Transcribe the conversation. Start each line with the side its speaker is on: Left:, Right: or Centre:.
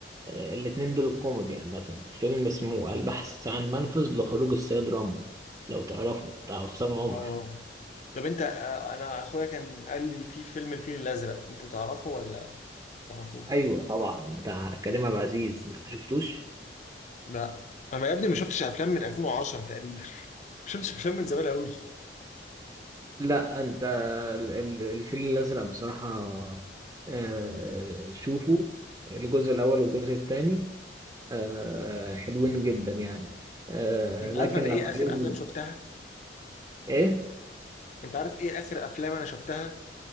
Right: آه، الاتنين دول الكوميدي عامة فيلم اسمه البحث عن منفذ لخروج السيد رامبو لو تعرفه بتاع عصام عمر
Left: اه طب انت آه، انا اخويا كان قال لي في فيلم الفيل الازرق انت تعرفه ولا ما تعرفوش
Right: ايوه طبعا بتاع كريم عبد العزيز انت ما شفتوش
Left: لا انا يا ابني ما شفتش افلام من 2010 تقريبا ما شفتش افلام من زمان قوي
Right: لا انت ال- ال- الفيل الازرق بصراحه آه، شوفوا الجزء الاول والجزء الثاني آه، حلوين جدا يعني آه،
Left: انت
Right: لكن
Left: عارف انا ايه
Right: لو عايز
Left: اخر افلام شفتها
Right: ايه
Left: انت عارف ايه اخر افلام انا شفتها